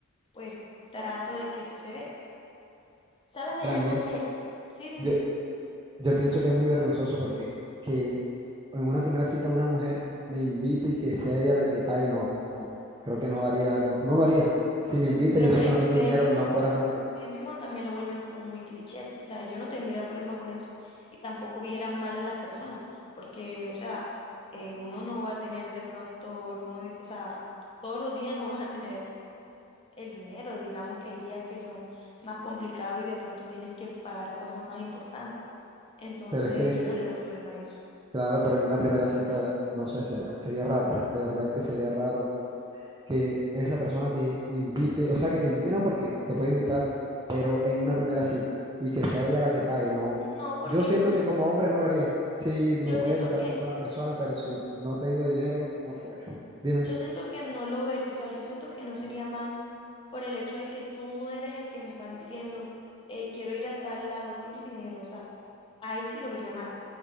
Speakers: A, on the left (about 25°); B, on the right (about 20°).
A: pues trato de que eso se dé. ¿Sabes? Hay
B: Para
A: algo
B: mí,
A: que, sí, dime,
B: yo, Yo pienso que es muy vergonzoso porque que en una primera cita una mujer me invite y que sea ella la que pague, no, no, creo que no daría, no, no lo haría. Si me invita,
A: pero
B: yo
A: mira
B: sé que
A: que
B: no tengo
A: ustedes
B: dinero,
A: mismos,
B: no fuera nunca.
A: ustedes mismos también lo vuelven como muy cliché. O sea, yo no tendría problema con eso y tampoco viera mal a la persona, porque, o sea, eh, uno no va a tener de pronto el mismo, di- o sea, todos los días no va a tener el dinero. Digamos que hay días que son más complicados y de pronto tienes que pagar cosas más importantes. Entonces,
B: Pero es que
A: yo no le veo problema a eso.
B: Claro, pero en una primera cita, no sé, sería, sería raro, de verdad que sería raro que esa persona te invite, o sea, que te invite no porque te puede invitar, pero en una primera cita y que sea ella la que pague, no.
A: No, porque
B: Yo siento
A: no,
B: que como hombre no lo haría. Sí,
A: yo
B: me puede
A: siento
B: gustar
A: que,
B: mucho la persona, pero si no tengo dinero, no fuera. Dime.
A: yo siento que no lo vería, o sea, yo siento que no sería mal por el hecho de que tú no eres el que me estás diciendo, eh, quiero ir a tal lado, tienes dinero, o sea, ahí sí lo vería mal.